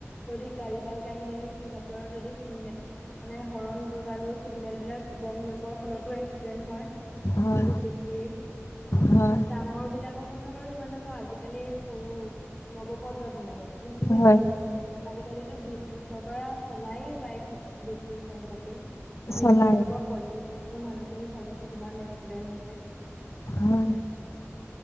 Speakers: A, in the centre; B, on the left (about 65°).
A: যদি গাড়ী বাইক আহি থাকে সিহঁতৰ যদি চিগনে মানে হৰণ বজালেও চিগনেল বিলাক গম নোপোৱাৰ ফলতো এক্সিডেণ্ট হয়
B: হয়,
A: বহুত বেছিয়েই
B: হয়,
A: ডাঙৰ বিলাকৰ ক কথা বাৰু ইমান আকৌ আজিকালি সৰু নৱপ্ৰজন্ম যিখিনি
B: হয়,
A: বিছ আজি আজালিতো বিছ বছৰৰ পৰা চলায়েই বাইক বেছি সংখ্যকে বিছ
B: চলাই
A: বছৰৰ পৰা পঁয়ত্ৰিশ বছৰৰ মানুহখিনি চাবচোন কিমান এক্সিডেন্ট হৈছে
B: হয়।